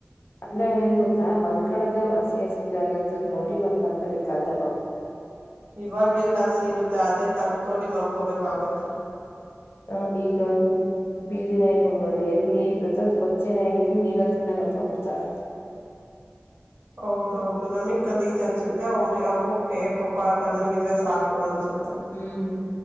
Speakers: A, on the left; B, on the right.
A: ಅಂದ್ರ ಏನ್ ಗೊತ್ತಾ ಮಲ್ಕಣದ ಹಸಿ ಹಸಿ ಜಾಗತ್ತಲ್ಲಿ ನೋಡಿ ಬರ್ಕಂತ ದಿಕ್ಕಾಂತಗ ಅವರು.
B: ಇವಾಗೆಲ್ಲ ಸೀರುತ್ತೆ ಅದೇ ತಗ ತೋಡಿ ಮಲ್ಕೊಬೇಕಾಗುತ್ತೆ.
A: ಹ ಈಗ ಹ್ಮ್. ಬೀದಿಿನಾಯ ನೋಡಿ ಎಲ್ಲಿ ನೀರ್ ಇರುತ್ತ ಅ ಕೊಚ್ಚೆನೇ ಆಗಿರ್ಲಿ ನೀರ್ ಹತ್ರನೇ ಮಲ್ಕೊಂಡ್ ಬಿಡ್ತಾವೆ.
B: ಹೌದೌದು ನಮಗ್ಗಲ್ಲಿ ಈಜ್ ಅನ್ಸುತ್ತೆ. ಮತ್ತೆ ಅವ್ರ ಅವಕ್ಕೆ ಪಾಪ ತಣ್ಣಗಿದ್ರೆ ಸಾಕು ಅನ್ಸುತ್ತೆ
A: ಹ್ಮ್